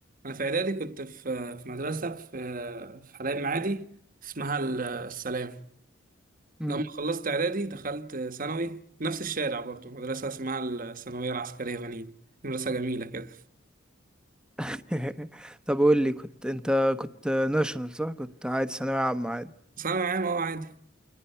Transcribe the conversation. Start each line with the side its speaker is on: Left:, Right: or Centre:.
Right: انا في اعدادي كنت في في مدرسه في في حلايب معادي اسمها ال- السلام
Centre: مم.
Right: لما خلصت اعدادي دخلت ثانوي نفس الشارع برضو مدرسه اسمها الثانويه العسكريه بنين مدرسه جميله كده
Centre: <laughs> طب قول لي كنت انت كنت ناشونال صح كنت عادي ثانوية عامة عادي
Right: ثانوي عام اهو عادي